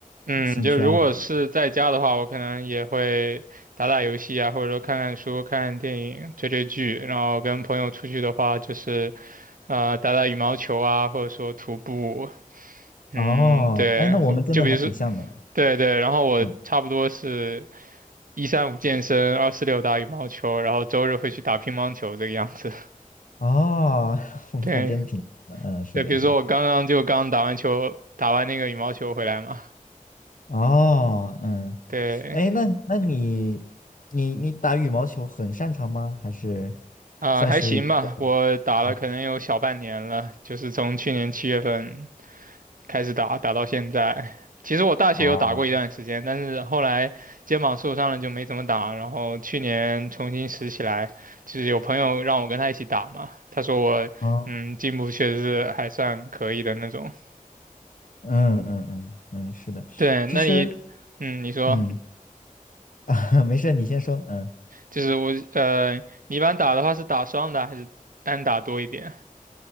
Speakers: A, on the right; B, on the left.
A: 嗯，
B: 兴趣爱好吗
A: 就如果是在家的话，我可能也会打打游戏啊，或者说看看书、看看电影、追追剧。然后跟朋友出去的话，就是啊，打打羽毛球啊，或者说徒步。嗯，
B: 哦，
A: 对，
B: 哎，那我们真的还挺像的。
A: 就比如说，对对，然后我差不多是
B: 嗯。
A: 一三五健身，二四六打羽毛球，然后周日会去打乒乓球这个样子。
B: 哦，
A: <laughs>
B: <laughs>
A: 对
B: 还真挺好的，嗯，是的，
A: 对，比如说我刚刚就刚打完球，
B: 是的，
A: 打完那个羽毛球回来嘛。
B: 哦，嗯，
A: 对，
B: 哎，那那你你你打羽毛球很擅长吗？还是
A: 啊、
B: 算是比较
A: 还行吧，我打了可能有小半年了，
B: 嗯
A: 就是从去年七月份开始打，打到现在。其实我大学有打过一段时间，
B: 哦
A: 但是后来肩膀受伤了就没怎么打，然后去年重新拾起来，就是有朋友让我跟他一起打嘛，他说我嗯进步确实是还算可以的那种。
B: 哦，嗯嗯嗯嗯，是的，
A: 对，那你，
B: 其实
A: 嗯，你说，
B: 嗯，<laughs> 没事，你先说，嗯
A: 就是我，呃，你一般打的话是打双打还是单打多一点？